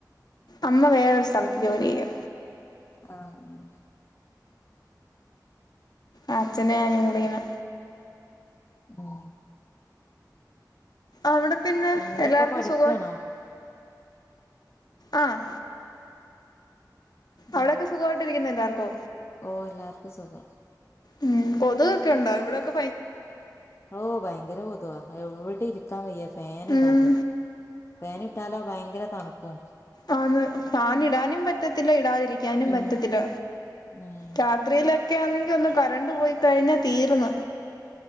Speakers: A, on the left; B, on the left.
A: അമ്മ വേറൊരു സ്ഥലത്ത് ജോലി ചെയ്യാ
B: ആഹ്
A: അച്ഛനും ഞാനും കൂടെ ഇങ്ങനെ
B: ഉം
A: അവിടെ പിന്നെ
B: പിന്നെന്താപ്പ
A: എല്ലാർക്കും
B: പഠിക്കാണോ
A: സുഖോ ആഹ്
B: ഉം
A: അവിടെക്കെ സുഖായിട്ട് ഇരിക്കുന്നോ എല്ലാർ പൊ
B: ഓ എല്ലാർക്കും സുഖം
A: ഉം കൊതുക് ഒക്കെ ണ്ടോ ഇവിടെക്കെ
B: ആഹ് ഭയങ്കര കൊതുകാ എവ് ടെ ഇരിക്കാൻ വയ്യ ഫാന്ടാതെ
A: ഉം
B: ഫാനിട്ടാലോ ഭയങ്കര തണുപ്പു
A: അതെ ഫാനിടാനും പറ്റത്തില്ല ഇടാതിരിക്കാനും
B: ഉം
A: പറ്റത്തില്ല
B: ഉം
A: രാത്രീല് എനിക്ക്യാന്നെങ്കിഒന്ന് കറന്റ്‌ പോയിക്കഴിഞ്ഞ തീർന്ന്